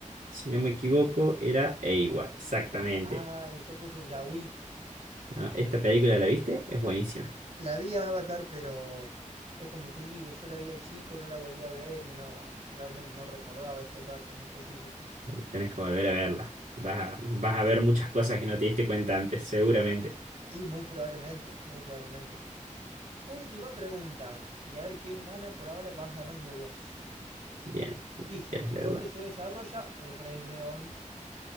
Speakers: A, on the right; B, on the right.
A: Si no me equivoco, era Eiwa, exactamente.
B: Ay, yo puse Yaoi,
A: ¿no? Esta película, ¿la viste? Es buenísima.
B: la vi a Avatar, pero es como te digo, yo la vi a chico, no la volví a ver y no, realmente no recordaba esos datos específicos.
A: Eh, tenés que volver a verla. Vas a, vas a ver muchas cosas que no te diste cuenta antes, seguramente.
B: Y muy probablemente, muy probablemente. Última pregunta, y a ver quién gana, por ahora vas ganando vos.
A: Bien,
B: Dice,
A: quieres leerla.
B: ¿dónde se desarrolla el Rey León?